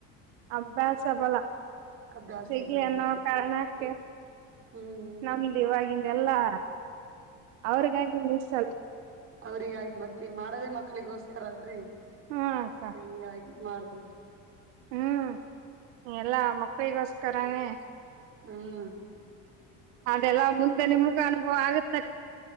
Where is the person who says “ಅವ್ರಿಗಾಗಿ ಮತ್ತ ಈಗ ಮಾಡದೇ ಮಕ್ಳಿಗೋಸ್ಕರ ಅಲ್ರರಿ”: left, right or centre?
Right